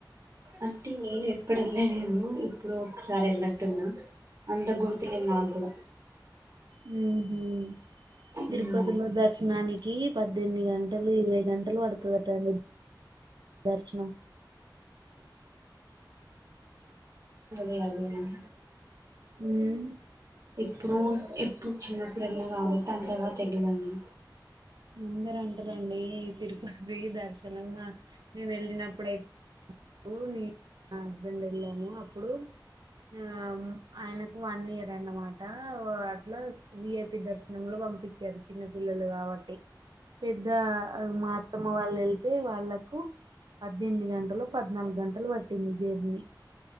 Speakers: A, on the right (about 40°); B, on the right (about 70°).
A: అంటే నేను ఎప్పుడు వెళ్ళలేదు ఇప్పుడు ఒకసారి వెళ్ళట్టున్నా అంత గుర్తులేదు నాకు
B: హ్మ్ హు తిరుపతిలో
A: ఉమ్,
B: దర్శనానికి పద్దెనిమిది గంటలు ఇరవై గంటలు పడుతదంట దర్శనం
A: అదే అదే న
B: హ్మ్
A: ఎప్పుడో ఎప్పుడ చిన్నప్పుడు ఎలా కాబట్టి అంతలా తెలిదండి
B: అందర అంటారండి తిరుపతి దర్శనం మేము వెళ్ళినప్పుడైతే నేను నా హస్బెండ్ వెళ్ళాము అప్పుడు ఆ ఆయనకు వన్ ఇయర్ అన్నమాట అట్లా విఐపి దర్శనంలో పంపించారు చిన్న పిల్లలు కాబట్టి పెద్ద ఇ మా అత్తమ వాళ్ళు వెళ్ వాళ్ళలకు పద్దెనిమిది గంటలో పద్నాలుగు గంటలు పట్టింది జర్నీ